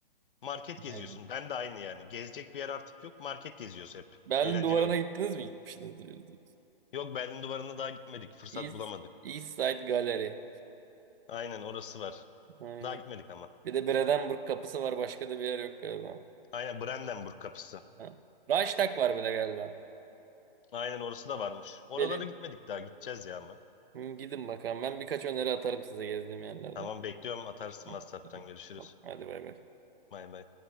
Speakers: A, on the left (about 65°); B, on the right (about 75°).
A: Market geziyorsun.
B: Aynen.
A: Ben de aynı yani. Gezecek bir yer artık yok. Market geziyoruz hep.
B: Berlin
A: Eğlenceli
B: duvarına
A: oluyor.
B: gittiniz mi? Gitmişsinizdir. yüzde yüz.
A: Yok Berlin duvarına daha gitmedik. Fırsat
B: East,
A: bulamadık.
B: East Side Gallery.
A: Aynen orası var.
B: Aynen.
A: Daha gitmedik ama.
B: Bir de Brandenburg kapısı var. Başka da bir yer yok galiba.
A: Aynen Brandenburg kapısı.
B: Ha. Reichstag var bir de galiba.
A: Aynen orası da varmış. Oralara
B: Belin.
A: gitmedik daha. Gideceğiz ya ama.
B: Hı, Gidin bakalım. Ben birkaç öneri atarım size gezdiğim yerlerden.
A: Tamam bekliyorum. Atarsın
B: Hı,
A: WhatsApp'tan. Görüşürüz.
B: tamam. Hadi bay bay.
A: Bay bay.